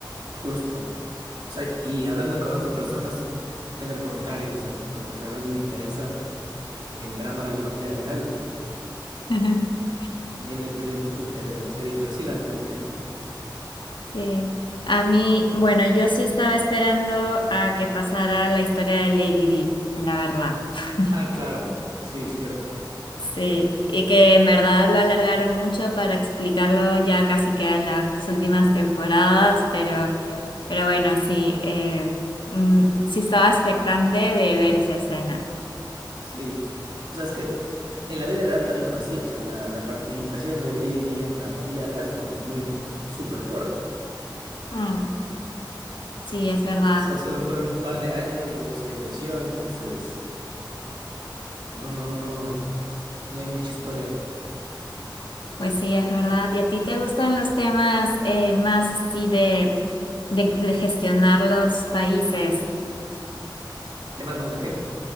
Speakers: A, on the right; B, on the left.
A: Justo. O sea, y hablando con otras personas, es al contrario, o sea, como que más les interesa el drama de la familia real.
B: <laughs>
A: Y ahí le perdí un poco interés a la serie, pero sí la terminé.
B: Sí. A mí, bueno, yo sí estaba esperando a que pasara la historia de Lady Di, la verdad. <laughs>
A: Ah, claro, sí, cierto.
B: Sí, y que en verdad lo alargaron mucho para explicarlo ya casi que en las últimas temporadas, pero, pero bueno, sí, eh, mm, sí estaba expectante de ver esa escena.
A: Sí, o sea, es que en la vida real también fue así, o sea, la, la participación de Lady Di en la familia real fue muy súper corta,
B: Mm, sí, es verdad.
A: o sea, solo fueron un par de años, luego se divorció, entonces, no, no, no, no hay mucha historia.
B: Pues sí, es verdad. ¿Y a ti te gustan los temas eh, más así de, de, de gestionar los países,
A: ¿Temas más de qué?